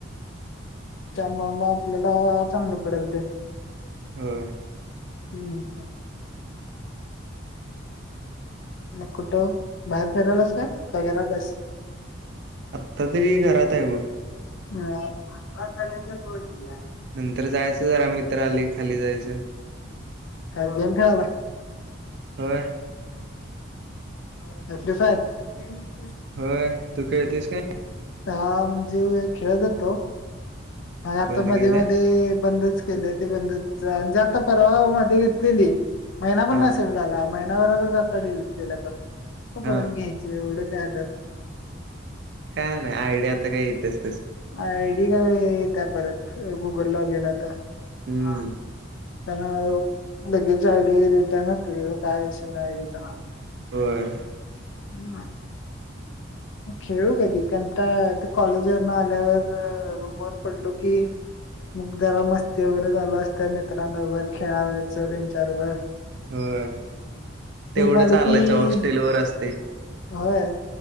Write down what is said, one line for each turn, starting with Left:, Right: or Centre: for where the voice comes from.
Left: त्यामुळ म आपल्याला चांगलं पडल ते
Right: होय
Left: हूं मग कुठं बाहेर फिरायलास काय? काय घरात आहेस?
Right: आता तरी घरात आहे बग.
Left: ह कडेज बतला.
Right: नंतर जायचं जरा मित्र आले खाली जायचं.
Left: गेम खेळालाय.
Right: होय.
Left: <unintelligible>
Right: होय. तू खेळतेस काय?
Left: हा म्हणजे खेळला जातो. मग आता
Right: बंद
Left: मध्ये
Right: केलाय
Left: मध्ये बंदच केलंय ते बंदच. जातो परवा मध्ये घेतलेली महिना पण
Right: हा
Left: नसेल झाला. महिनाभरातच आत्ता डिग्री केल्या बघ. तर
Right: हा
Left: परत घ्यायचे एवढे <unintelligible>
Right: काय नाही आयडिया आता काय येत्याच?
Left: आयडिया काय नयेत. त्या परत गुगल ला गेला आता.
Right: हम्म
Left: हां. त्यांना लगेच आयडी येत्या ना काय विषय नाही आयडीचा.
Right: होय.
Left: धन्यवाद. खेळू कधी कंटाळा आता कॉलेज वर न आल्यावर रूमवर पडलो कि मग जरा मस्ती वगैरे चालू असतंय मित्रांबरोबर खेळावाचं त्यांच्या बरोबर
Right: होय तेवढं
Left: आलो
Right: चाललायच
Left: की
Right: हॉस्टेल वर अस
Left: होय